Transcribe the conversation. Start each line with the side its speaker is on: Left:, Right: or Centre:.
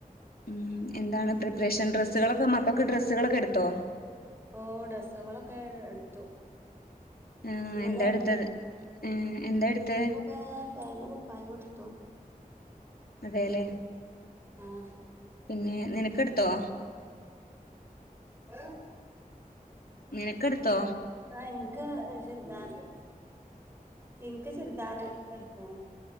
Left: ഉം എന്താണ് പ്രിപ്പറേഷൻ ഡ്രസ്സുകളൊക്കെ മക്കക്ക് ഡ്രസ്സുകളൊക്കെ എടുത്തോ
Right: ഓഹ് ഡ്രെസുകളൊക്കെ എടുത്തു
Left: ആഹ്
Right: ഇന്നലെയായിരുന്നു
Left: എന്താ എടുത്തത് ഏ എന്താ എടുത്തേ
Right: ആഹ് ഫാന്റും കുപ്പായോം ഏടുത്തു
Left: അതേല്ലേ
Right: ആഹ്
Left: പിന്നെ നിനക്കെടുത്തോ
Right: ഏ
Left: നിനക്കെടുത്തോ
Right: ആഹ് ഇൻക്ക് ചുരിദാർ ഇൻക്ക് ചുരിദാറ് എടുത്തു